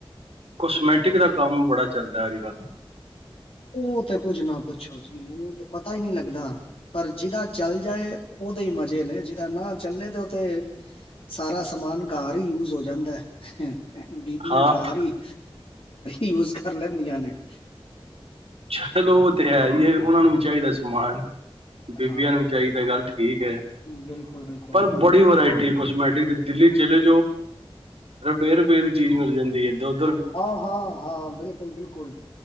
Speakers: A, on the right; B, on the left.
A: ਕਸਮੈਟਿਕ ਦਾ ਕੰਮ ਬੜਾ ਚੱਲਦਾ ਹੀ ਵਾਰ
B: ਉਹ ਤੇ ਕੁੱਝ ਨਾ ਪੁੱਛੋ ਜੀ ਉਹ ਤੇ ਪਤਾ ਹੀ ਨਹੀਂੀ ਲੱਗਦਾ ਪਰ ਜਿਹਦਾ ਚੱਲ ਜਾਏ ਉਹਦੇ ਹੀ ਮਜ਼ੇ ਨੇ ਜਿਦਾਾਂ ਨਾ ਚੱਲੇ ਤੇ ਉਹ ਤੇ ਸਾਰਾ ਸਮਾਨ ਘਰ ਹੀ ਯੂਜ ਹੋ ਜਾਂਦਾ ਬੀਬੀਆਂ
A: ਹਾਂ
B: ਘਰ ਹੀ ਯੂਜ ਕਰ ਲੈਂਦੀਆਂ ਨੇ
A: ਚਲੋ ਉਹ ਤੇ ਹੈ ਹੀ ਉਹਨਾ ਨੂੰ ਵੀ ਚਾਹੀਦਾ ਸੀ ਮਨ ਬੀਬੀਆਂ
B: ਹਾਂ
A: ਨੂੰ ਚਾਈ ਤਾਂ ਗੱਲ ਠੀਕ ਹੈ
B: ਬਿਲਕੁਲ ਬਿਲਕੁਲ
A: ਪਰ ਬੜੀ ਵਰਾਇਟੀ ਕੋਸਮੈਟਿਕ ਦੀ ਦਿੱਲੀ ਚੱਲ ਰੁਪੇਏ ਰੁਪਏ ਦੀ ਚੀਜ਼ ਮਿਲ ਜਾਂਦੀ ਹੈ ਦੁੱਧ
B: ਹਾਂ ਹਾਂ ਹਾਂ ਬਿਲਕੁਲ ਬਿਲਕੁਲ